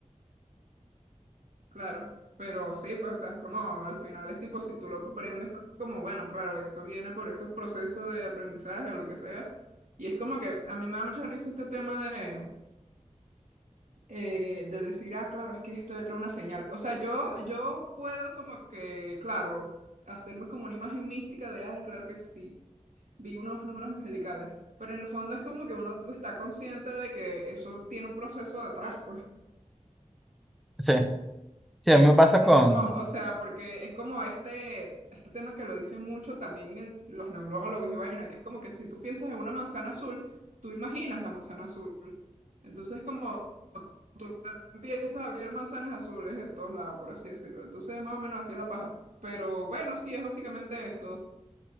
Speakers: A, on the right; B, in the centre.
A: Claro, pero sí, pues, o sea, es como al final es tipo, si tú lo comprendes, como bueno, claro, esto viene por estos procesos de aprendizaje o lo que sea. Y es como que a mí me da mucha risa este tema de, eh, de decir, ah, claro, es que esto era una señal. O sea, yo, yo puedo como que, claro, hacerme como una imagen mística de, ay, claro que sí, vi unos números angelicales. Pero en el fondo es como que uno está consciente de que eso tiene un proceso detrás, pues.
B: Sí, sí, a mí me pasa
A: Es
B: con...
A: como, o sea, porque es como este, este tema que lo dicen mucho también el- los neurólogos y vaina, que es como que si tú piensas en una manzana azul, tú imaginas la manzana azul. Entonces, como tú empiezas a ver manzanas azules en todos lados, por así decirlo. Entonces, más o menos así es la paja. Pero bueno, sí, es básicamente esto